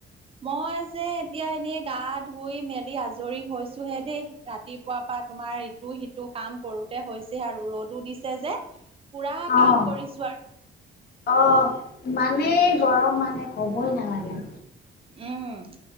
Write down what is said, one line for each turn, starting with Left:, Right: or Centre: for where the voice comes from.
Right: মই যে, এতিয়া এনেই গা ধুই মেলি আজৰি হৈছো হে দেই। ৰাতিপুৱা পৰা তোমাৰ ইটো-সিটো কাম কৰোতে, হৈছে আৰু। ৰ'দও দিছে যে, পুৰা
Left: অ',
Right: কাম কৰিছো আৰু।
Left: অ, ইমানেই গৰম মানে কবই নালাগে।
Right: উম,